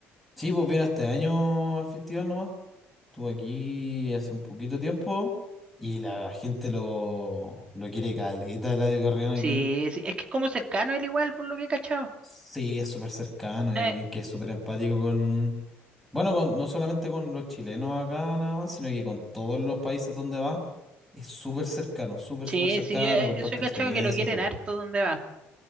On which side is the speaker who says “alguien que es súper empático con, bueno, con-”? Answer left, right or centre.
Centre